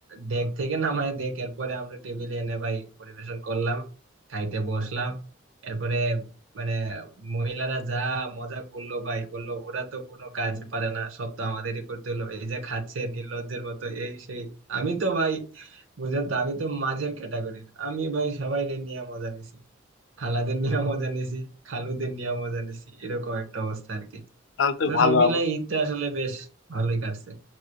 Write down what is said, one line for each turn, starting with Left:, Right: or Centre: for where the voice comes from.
Right: ডেক থেকে নামায় দেখ এরপরে আমরা টেবিলে এনে ভাই পরিবেশন করলাম খাইতে বসলাম এরপরে মানে মহিলারা যা মজা করলো ভাই বললো ওরা তো কোনো কাজ পারে না সব তো আমাদেরই করতে হলো এই যে খাচ্ছে নির্লজ্জের মতো এই সেই আমি তো ভাই বুঝলেন তো আমি তো মাঝের ক্যাটাগরির আমি ভাই সবাই নিয়ে মজা নিছি খালাদের নিয়ে মজা নিছি খালুদের নিয়ে মজা নিছি এরকম একটা অবস্থা আর কি
Left: তাহলে তো
Right: তো
Left: ভালো
Right: সব মিলে
Left: অবস্থা
Right: ঈদটা আসলে বেশ ভালোই কাটছে